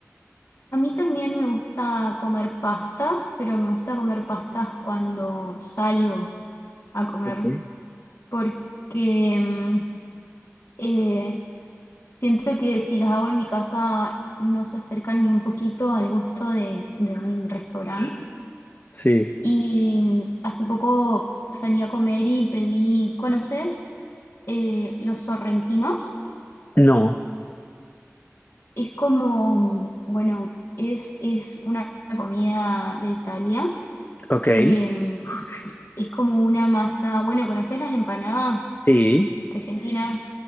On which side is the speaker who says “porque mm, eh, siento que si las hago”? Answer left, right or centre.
Left